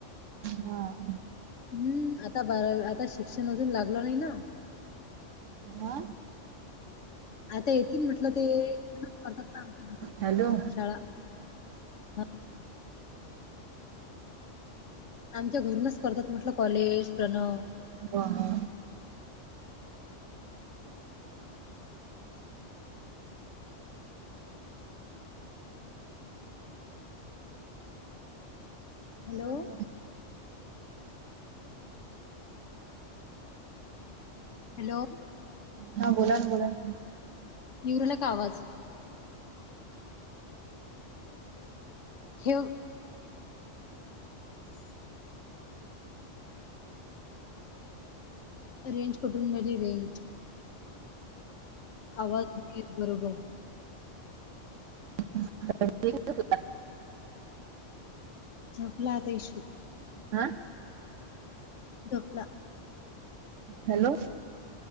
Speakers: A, on the right; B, on the left.
A: हा.
B: हम्म आता बारा आता शिक्षण अजून लागलं नाही ना.
A: हा?
B: आता येतील म्हटलं ते करतात ना आमच्या
A: हॅलो
B: शाळा. हां, आमच्या घरूनच करतात म्हटलं कॉलेज प्रणव.
A: वं हा
B: हॅलो.
A: सांग
B: हॅलो.
A: हा बोलान बोलान.
B: येऊ राहिला का आवाज? ठेव <inaudible> रेंज कुठून <unintelligible> रेंज. आवाज येत बरोबर.
A: <unintelligible>
B: झोपला आता इशू.
A: हा?
B: झोपला.
A: हॅलो